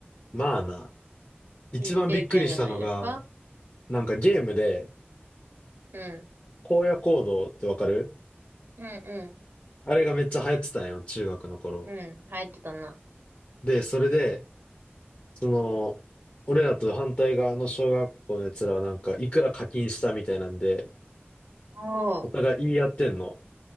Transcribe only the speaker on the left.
まあな。一番びっくりしたのが、
なんかゲームで、
荒野行動ってわかる
あれがめっちゃ流行ってたんよ、中学の頃。
で、それで、その、俺らと反対側の小学校のやつらはなんか、いくら課金したみたいなんで、
お互い言い合ってんの。